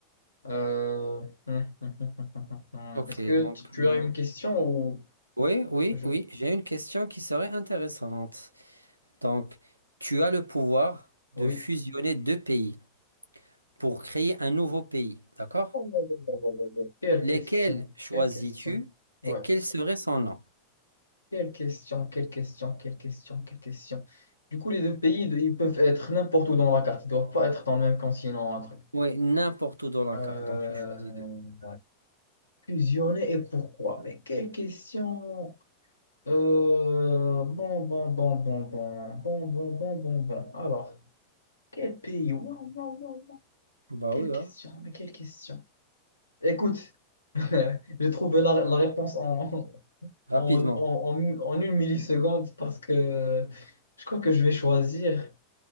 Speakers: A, on the left (about 80°); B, on the right (about 85°).
A: Euh, <laughs>
B: Ok,
A: Est-ce que
B: donc
A: tu tu
B: moi-
A: as une question ou
B: oui, oui,
A: je...
B: oui, j'ai une question qui serait intéressante. Donc tu as le pouvoir de
A: Oui.
B: fusionner deux pays pour créer un nouveau pays, d'accord?
A: Oh, oh, oh, oh, oh, oh. oh. Quelle
B: Lesquels
A: question,
B: choisis-tu
A: quelle question. Ouais,
B: et quel serait son nom?
A: quelle question, quelle question, quelle question, quelle question. Du coup, les deux pays, ils peuvent être n'importe où dans la carte. Ils doivent pas être dans le même continent, un truc.
B: Oui, n'importe où dans la
A: Euh,
B: carte, donc tu choisis deux.
A: Fusionner et pourquoi? Mais quelle question. Euh, Bon, bon, bon, bon, bon, bon, bon, bon, bon, bon. Alors, quel pays? Waouh, waouh, waouh.
B: Bah
A: Quelle
B: oui,
A: question,
B: hein.
A: mais quelle question. Écoute, <laughs> j'ai trouvé la, la réponse en,
B: Rapidement.
A: en, en, en- en une milliseconde parce que je crois que je vais choisir